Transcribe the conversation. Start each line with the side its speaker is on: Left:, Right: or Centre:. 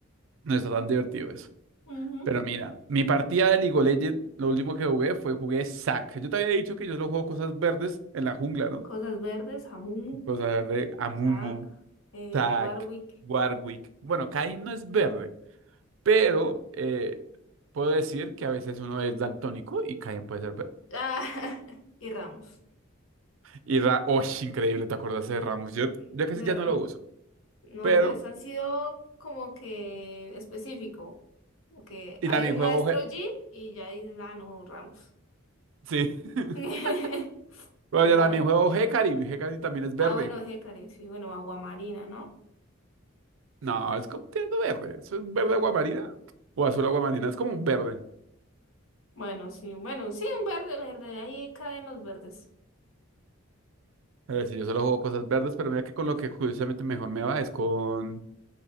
Right: No está tan divertido eso.
Left: Ujú.
Right: Pero mira, mi partida de League of Legends, lo último que jugué fue jugué Zac. Yo te había dicho que yo solo juego cosas verdes en la jungla, ¿no?
Left: Cosas Verdes, Hamumu,
Right: Cosas de Amumu,
Left: Zack, eh,
Right: Zac,
Left: Warwick
Right: Warwick. Bueno, Kayn no es verde. Pero eh, puedo decir que a veces uno es daltónico y Caen puede ser verde.
Left: ah, <laughs> y Ramos.
Right: Y Ra, ¡Oh, increíble! ¿Te acordaste de Ramos? Yo,
Left: De
Right: yo casi ya
Left: verdad.
Right: no lo uso.
Left: No,
Right: Pero,
Left: pues han sido como que específico. Como que
Right: y
Left: hay
Right: también
Left: un
Right: juego
Left: maestro
Right: G.
Left: Jin y ya dices, ah, no, Ramos.
Right: Sí. <laughs>
Left: <laughs>
Right: Bueno,
Left: En
Right: yo
Left: plan.
Right: también juego Hecarim. y Hecarim también es verde.
Left: Ah, bueno, Hecarim, sí, bueno, Aguamarina, ¿no?
Right: No, es como un tierno verde. Es un verde aguamarina o azul aguamarina. Es como un verde.
Left: Bueno, sí, bueno, sí, un verde, verde, ahí caen los verdes.
Right: A ver, si yo solo juego cosas verdes, pero mira que con lo que curiosamente mejor me va es con,